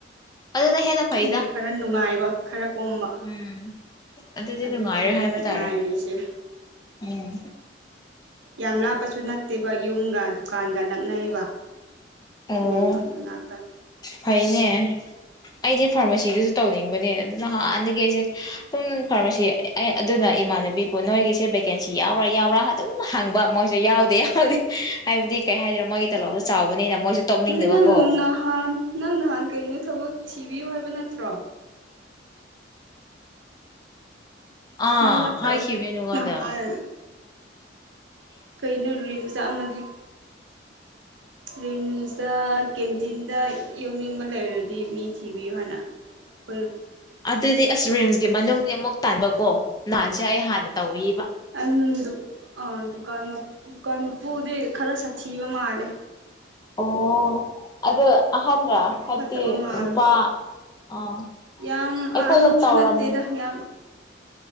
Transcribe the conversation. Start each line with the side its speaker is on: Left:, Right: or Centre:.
Left: ꯑꯗꯨꯅ ꯍꯦꯟꯅ ꯐꯩꯗ
Right: ꯑꯗꯨꯒꯤ ꯈꯔ ꯅꯨꯡꯉꯥꯏꯕ ꯈꯔ ꯀꯣꯝꯕ
Left: ꯎꯝ ꯑꯗꯨꯗꯤ
Right: ꯑꯗꯨꯗꯨꯅꯤꯗ
Left: ꯅꯨꯡꯉꯥꯏꯔꯦ ꯍꯥꯏꯕ
Right: ꯅꯨꯡꯉꯥꯏꯔꯤꯁꯦ
Left: ꯇꯥꯔꯦ ꯎꯝ
Right: ꯌꯥꯝ ꯂꯥꯞꯄꯁꯨ ꯅꯠꯇꯦꯕ ꯌꯨꯝꯒ ꯗꯨꯀꯥꯟꯒ ꯅꯛꯅꯩꯌꯦꯕ
Left: ꯑꯣ
Right: ꯃꯦꯟ ꯔꯣꯗ ꯃꯅꯥꯛꯇ
Left: ꯐꯩꯅꯦ ꯑꯩꯗꯤ ꯐꯥꯔꯃꯥꯁꯤꯗꯁꯨ ꯇꯧꯅꯤꯡꯕꯅꯦ ꯑꯗꯨ ꯍꯥꯟꯅꯗꯒꯤ ꯑꯩꯁꯦ ꯁꯨꯝ ꯐꯥꯔꯃꯥꯁꯤ ꯑꯩ ꯑꯗꯨꯅ ꯏꯃꯥꯟꯅꯕꯤꯕꯨꯨ ꯅꯣꯏꯒꯤꯁꯦ ꯚꯦꯀꯦꯟꯁꯤ ꯌꯥꯎꯕ꯭ꯔꯥ ꯌꯥꯎꯕ꯭ꯔꯥ ꯑꯗꯨꯝ ꯍꯪꯕ ꯃꯣꯏꯁꯨ ꯌꯥꯎꯗꯦ ꯌꯥꯎꯗꯦ ꯍꯥꯏꯕꯗꯤ ꯀꯩ ꯍꯥꯏꯗꯣꯢꯔ ꯃꯣꯢꯒꯤ ꯇꯂꯣꯞꯇꯣ ꯆꯥꯎꯕꯅꯤꯅ ꯃꯣꯏꯁꯨ ꯇꯣꯛꯅꯤꯡꯗꯕꯀꯣ
Right: ꯑꯗꯨ ꯅꯪ ꯅꯍꯥꯟ ꯅꯪ ꯅꯍꯥꯟ ꯀꯩꯅꯣ ꯊꯕꯛ ꯊꯤꯕꯤꯌꯨ ꯍꯥꯏꯕ ꯅꯠꯇ꯭ꯔꯣ
Left: ꯑꯥ
Right: ꯅꯪ ꯅꯠꯇ꯭ꯔꯕ
Left: ꯍꯥꯏꯈꯤꯕꯅꯦ ꯅꯪꯉꯣꯟꯗ
Right: ꯅꯍꯥꯟ ꯀꯩꯅꯣ ꯔꯤꯝꯁꯇ ꯑꯃꯗꯤ ꯔꯤꯝꯁꯇ ꯀꯦꯟꯇꯤꯟꯗ ꯌꯧꯅꯤꯡꯕ ꯂꯩꯔꯗꯤ ꯃꯤ ꯊꯤꯕꯤꯌꯨ ꯍꯥꯏꯅ ꯍꯣꯏ
Left: ꯑꯗꯨꯗꯤ ꯑꯁ ꯔꯤꯝꯁꯀꯤ ꯃꯅꯨꯡꯗꯤ ꯑꯃꯨꯛ ꯇꯥꯟꯕꯀꯣ ꯅꯍꯥꯟꯁꯦ ꯑꯩ ꯍꯥꯟꯅ ꯇꯧꯏ
Right: ꯑꯟ ꯗꯨ ꯑꯥ ꯗꯨꯀꯥꯟ ꯃꯠ ꯗꯨꯀꯥꯟ ꯃꯄꯨꯗꯤ ꯈꯔ ꯁꯥꯊꯤꯕ ꯃꯥꯜ ꯂꯦ
Left: ꯑꯣ ꯑꯗꯨ ꯑꯍꯟꯔ
Right: ꯃꯤ
Left: ꯍꯥꯏꯕꯗꯤ
Right: ꯐꯠꯇꯕ ꯃꯥꯜꯂꯦ
Left: ꯅꯨꯄꯥ ꯑꯥ
Right: ꯌꯥꯝ ꯑꯍꯟꯁꯨ
Left: ꯑꯩꯈꯣꯏꯗ ꯇꯧꯔꯝ
Right: ꯅꯠꯇꯦꯗ ꯌꯥꯝ